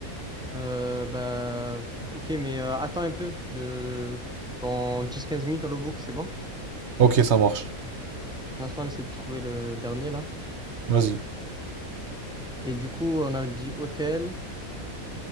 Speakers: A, in the centre; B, on the right (about 55°).
A: Euh, bah, ok, mais euh, attends un peu. De... Dans dix quinze minutes, dans le book, c'est bon?
B: Ok, ça marche.
A: Pour l'instant, on essaie de trouver le dernier là.
B: Vas-y.
A: Et du coup, on a dit hôtel.